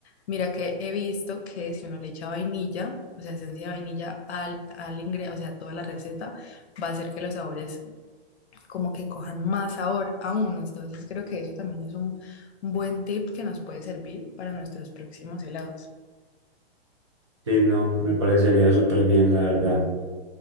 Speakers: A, on the left; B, on the right.
A: Mira que he visto que si uno le echa vainilla, o sea, esencia de vainilla al, al ingre- o sea, a toda la receta, va a hacer que los sabores como que cojan más sabor aún. Entonces creo que eso también es un un buen tip que nos puede servir para nuestros próximos helados.
B: Sí, no, me parecería súper bien, la verdad.